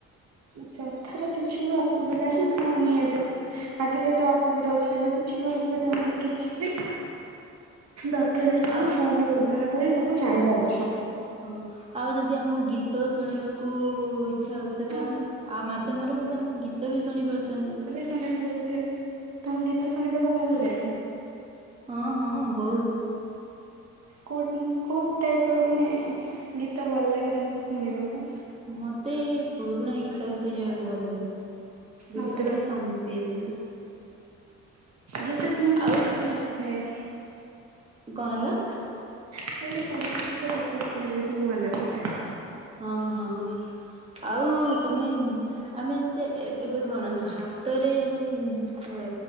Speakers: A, on the right (about 60°); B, on the right (about 20°).
A: ସେଠାରେ କିଛି ବି ଅସୁବିଧା ହିଁ ହଉନି ଏବେ। ଆଗେ ଯେତେ ଅସୁବିଧା ହଉଥିଲା ଏବେ କିଛି ବି ଅସ୍ ସୁବିଧା ହଉନି କିଛି। ଦରକାର ହେଲେ ଆମେ
B: ଆଉ
A: ଫୋନ୍ ରେ ବ୍ୟବହାର କରେ ସବୁ ବୁ ଜାଣିପାରୁଛି।
B: ହ ଆଉ ଯଦି ଆମକୁ ଗୀତ ଶୁଣିବାକୁ ଇଛା ହଉଛି। ତେବେ
A: ହଁ
B: ଆମେ ଆ ମାଧ୍ୟମରେ ମଧ୍ୟ ଆମେ ଗୀତ ବି ଶୁଣି ପାରୁଛନ୍ତି।
A: ମାନେ କହୁଛେ, ତମକୁ ଗୀତ ଶୁଣିବାକୁ ଭଲ ଲାଗେ?
B: ହଁ ହଁ ବହୁତ।
A: କଉ ଟିମ କଉ ଟାଇପର ମାନେ ଗୀତ ଭଲ ଲାଗେ ତମକୁ ଶୁଣିବାକୁ?
B: ମତେ ପୁରୁଣା ଗୀତ ଶୁଣିବାକୁ ଭଲ ଲାଗେ। ଯଉଥିରେ
A: ମତେ
B: ପୁରା ଶାନ୍ତି ମିଳେ।
A: ଯେତେ ଶୁଣିଲେ
B: ଆଉ
A: ତ ନୁଆଁ ଲାଗିଥାଏ।
B: କଣ ହେଲା?
A: ମୁଁ କହିଲି ପୁରୁଣା ଗୀତ ଯେତେ ଶୁଣିଲେ ବି ନୂଆ ଲାଗୁଥାଏ।
B: ହଁ ହଁ ଆଉ ତମେ। ଆମେ ଏମିତି ଏ-ଏବେ କଣ ଆମେ ହାତରେ ଆମେ ଏ